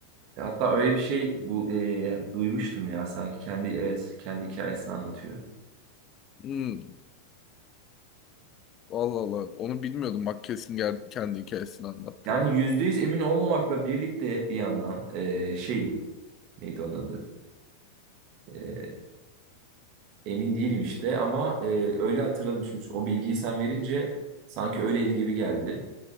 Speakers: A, on the right (about 40°); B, on the left (about 30°).
A: E, Hatta öyle bir şey bu e, duymuştum ya sanki kendi evet kendi hikayesini anlatıyor.
B: Hmm. Allah Allah. Onu bilmiyordum. Bak kesin ger- kendi hikayesini anlattı.
A: Yani yüzde yüz emin olmamakla birlikte bir yandan e, şeyim neydi onun adı? E, emin değilim işte ama e, öyle hatırladım şimdi o bilgiyi sen verince sanki öyleydi gibi geldi.